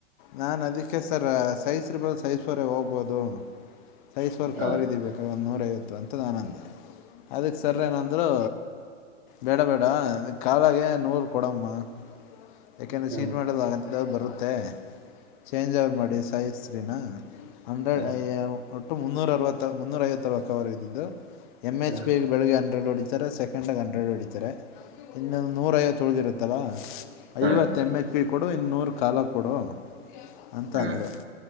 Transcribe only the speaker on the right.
ಹ್ಮ್
ಹ್ಮ್
ಹ್ಮ್ ಹ್ಮ್
ಹ್ಮ್
ಹ್ಮ್
ಹ್ಮ್
ಹ್ಮ್